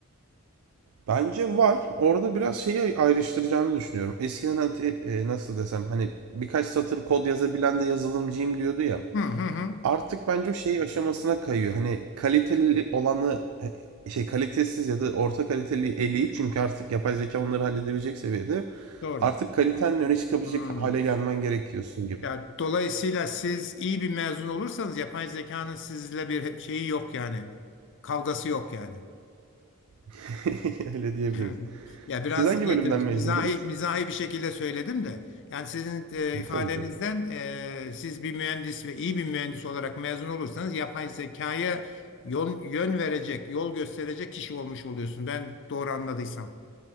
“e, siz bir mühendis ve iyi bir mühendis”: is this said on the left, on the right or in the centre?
Left